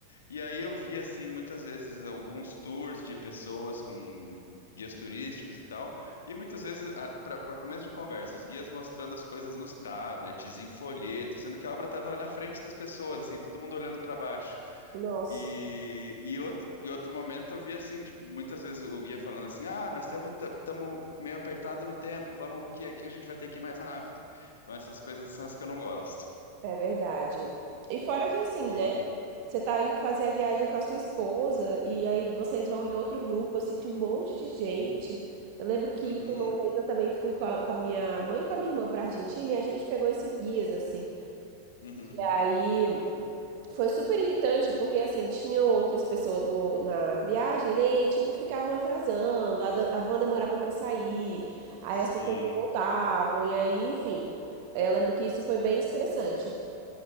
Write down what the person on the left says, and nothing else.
E aí eu vi assim muitas vezes alguns tours de pessoas com guias turísticos e tal, e muitas vezes para começo de conversa, os guias mostrando as coisas nos tablets, em folheto, sendo que a obra estava na frente das pessoas, assim, todo mundo olhando para baixo.
E, e, outro, e outro momento eu vi assim, tipo, muitas vezes o guia falando assim, ah, nós temos estamos meio apertado no tempo, vamos aqui, aqui a gente vai ter que ir mais rápido. Então essas coisas são as que eu não gosto.
E
uhum,
uhum,
sim.